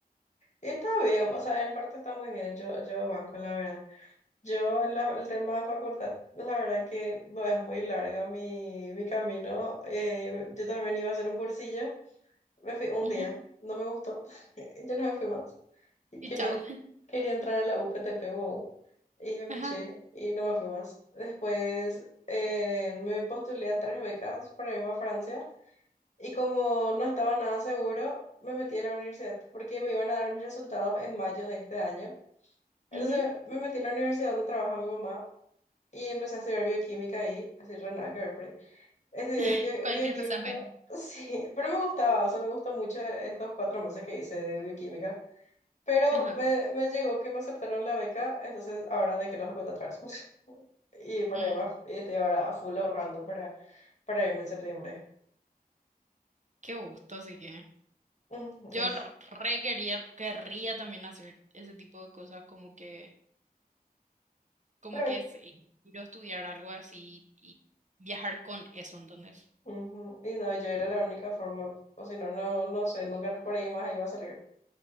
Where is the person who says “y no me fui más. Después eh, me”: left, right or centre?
Left